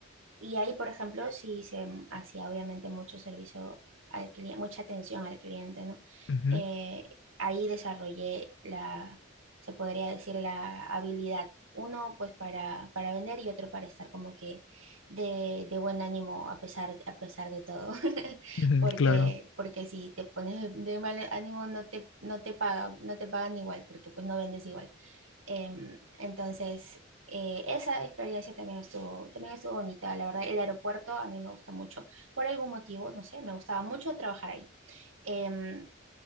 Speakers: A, on the right; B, on the left.
A: y ahí, por ejemplo, sí se hacía obviamente mucho servicio al cliente, mucha atención al cliente, ¿no?
B: Ujú,
A: Eh, ahí desarrollé la, se podría decir, la habilidad, uno pues para, para vender y otro para estar como que de, de buen ánimo a pesar, a pesar de todo, <laughs>
B: ujú,
A: porque,
B: claro,
A: porque si te pones de mal ánimo no te, no te paga, no te pagan igual, porque pues no vendes igual. Em, entonces, eh, esa experiencia también estuvo, también estuvo bonita, la verdad. El aeropuerto a mí me gusta mucho. Por algún motivo, no sé, me gustaba mucho trabajar ahí. Em,